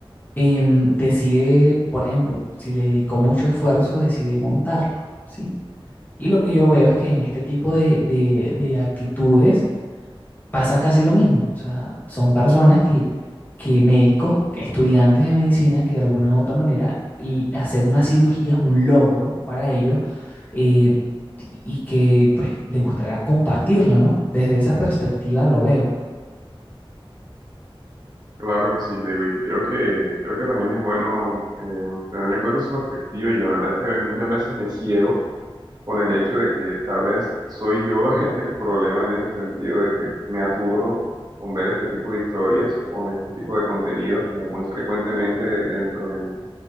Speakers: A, on the left; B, on the right.
A: em, decide, por ejemplo, si le dedicó mucho esfuerzo, decide montarlo, ¿sí? Y lo que yo veo es que en este tipo de, de- de actitudes pasa casi lo mismo. O sea, son personas que, que médicos, estudiantes de medicina, que de alguna u otra manera l- hacer una cirugía es un logro para ellos eh, y que pues les gustaría compartirlo, ¿no? Desde esa perspectiva lo veo.
B: Claro que sí, Lewin. Creo que, creo que también es bueno eh, tener en cuenta esa perspectiva y la verdad es que muchas veces me ciego con el hecho de que tal vez soy yo <laughs> el problema en ese sentido de que me aturdo con ver este tipo de historias o este tipo de contenidos como muy frecuentemente de- dentro de mí